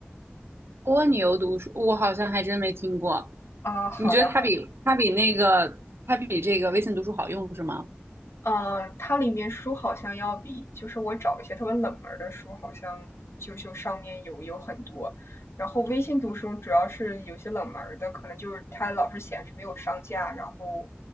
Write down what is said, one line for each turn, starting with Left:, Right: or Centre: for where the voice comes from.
Right: 蜗牛读书，我好像还真没听过。
Left: 啊，好的
Right: 你觉得它比它比那个它比这个微信读书好用是吗？
Left: 嗯，它里面书好像要比，就是我找一些特别冷门的书，好像就就上面有有很多。然后微信读书主要是有些冷门的，可能就是它老是显示没有上架，然后，